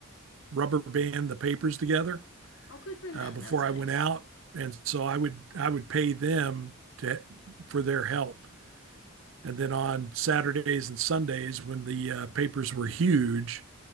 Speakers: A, on the right; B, on the left.
A: rubber band the papers together
B: Oh, good for them.
A: uh, before
B: That's
A: I
B: nice.
A: went out, and so I would I would pay them to for their help. And then on Saturdays and Sundays, when the uh, papers were huge,